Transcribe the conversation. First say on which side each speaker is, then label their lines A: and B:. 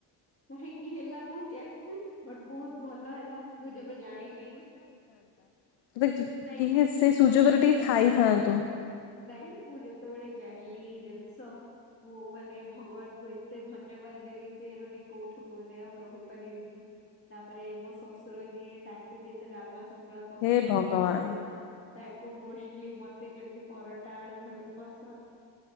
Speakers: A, on the left; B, on the left.
A: କାହିଁକି ହେଲା ମୁଁ ଜାଣିନି। ବଟ୍ ବହୁତ ଭଲ ହେଲା ମୁଁ ଯେବେ ଜାଣିଲି
B: <unintelligible>
A: ନାଇଁ
B: ଥିଲେ
A: ମୁଁ
B: ସେ
A: ଯେତେବେଳେ
B: ସୁଯୋଗରେ ଟିକେ ଖାଇଥାଆନ୍ତୁ।
A: ନାଇଁ ମୁଁ ଯେତେବେଳେ ଜାଣିଲି ଜିନ୍ଷ ମୁଁ ମାନେ ଭଗବାନଙ୍କୁ ଏତେ ଧନ୍ୟବାଦ ଦେଲି ଯେ ମାନେ କୋଉଠୁ କୋଉଁଯାଏ ଆଉ ମୁ ରହିପାରିବିନି। ତାପରେ ମୋ ଶଶୁର ଯିଏ ତାଙ୍କୁ ବି ଏତେ ଡାଲମା ଶନ୍ତୁଳା ପସନ୍ଦ
B: ହେ ଭଗବାନ।
A: ନୁହେଁ, ତାଙ୍କୁ ତାଙ୍କୁ ମୋଷ୍ଟଲି ମତେ ଯେମିତି ପରଟା ଆଳୁ ଭଜା ପସନ୍ଦ